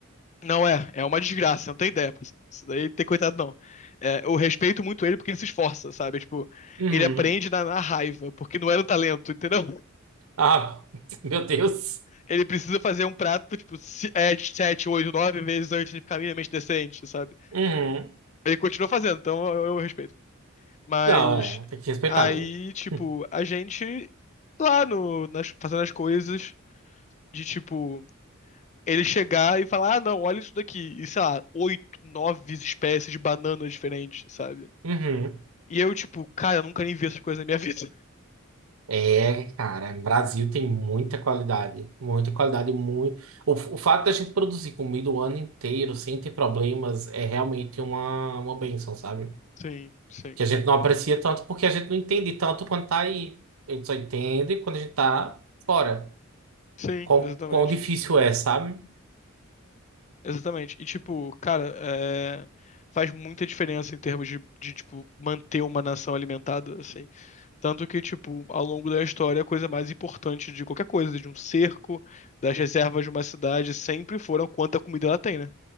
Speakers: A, on the left; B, on the right.
A: Não é, é uma desgraça, não tem ideia. pô. Isso daí tem coitado, não. É, eu respeito muito ele porque ele se esforça, sabe? Tipo,
B: Uhum.
A: ele aprende na, na raiva, porque não era um talento, entendeu?
B: Ah, <laughs> meu Deus.
A: Ele precisa fazer um prato, tipo, se- é, 7, 8, 9 vezes antes de ficar minimamente decente, sabe?
B: Uhum.
A: Ele continua fazendo, então eu, eu respeito. Mas
B: Não, é, tem que respeitar
A: aí,
B: mesmo.
A: tipo,
B: <laughs>
A: a gente lá no, nas- fazendo as coisas de tipo. Ele chegar e falar, ah, não, olha isso daqui. E sei lá, oito, nove espécies de bananas diferentes, sabe?
B: Uhum.
A: E eu, tipo, cara, eu nunca nem vi essas coisas na minha vida.
B: É, cara, o Brasil tem muita qualidade, muita qualidade, muito. O, o fato da gente produzir comida o ano inteiro sem ter problemas é realmente uma, uma bênção, sabe?
A: Sim, sim.
B: Que a gente não aprecia tanto porque a gente não entende tanto quando tá aí. A gente só entende quando a gente tá fora.
A: Sim,
B: Quão,
A: exatamente.
B: quão difícil é, sabe?
A: Exatamente. E, tipo, cara, é, faz muita diferença em termos de, de, tipo, manter uma nação alimentada, assim. Tanto que, tipo, ao longo da história, a coisa mais importante de qualquer coisa, de um cerco, das reservas de uma cidade, sempre foram quanta comida ela tem, né?